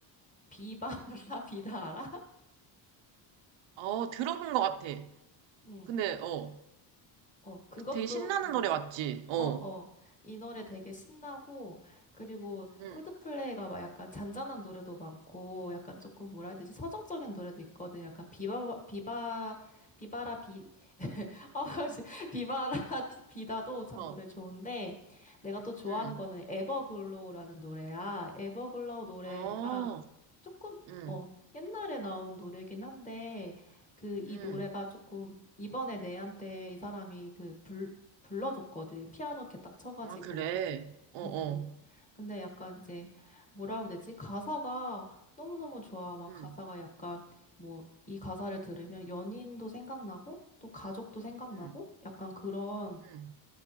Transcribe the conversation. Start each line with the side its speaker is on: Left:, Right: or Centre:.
Left: 비바라 <laughs> 비다 알아?
Right: 어, 들어본 것 같아.
Left: 응.
Right: 근데, 어.
Left: 어 그것도
Right: 되게 신나는 노래 맞지? 어.
Left: 어, 어. 이 노래 되게 신나고, 그리고
Right: 응.
Left: 콜드플레이가 막 약간 잔잔한 노래도 많고, 약간 조금 뭐라 해야 되지? 서정적인 노래도 있거든. 약간 비바, 비바, 비바라 비, <laughs> 아, 씨. 비바라 <laughs> 디- 비다도 참
Right: 어.
Left: 노래 좋은데, 내가 또 좋아하는
Right: 응.
Left: 거는 에버글로우라는 노래야. 에버글로우 노래가
Right: 어.
Left: 조금,
Right: 응.
Left: 어, 옛날에 나온 노래긴 한데, 그, 이
Right: 응.
Left: 노래가 조금, 이번에 내한테 이 사람이 그, 불, 불러줬거든. 피아노 이렇게 딱 쳐가지고.
Right: 아, 그래. 어, 어.
Left: 응, 응. 근데 약간 이제, 뭐라고 해야 되지? 가사가 너무너무 좋아. 막
Right: 응.
Left: 가사가 약간, 뭐, 이 가사를 들으면 연인도 생각나고, 또 가족도 생각나고,
Right: 응.
Left: 약간 그런
Right: 응.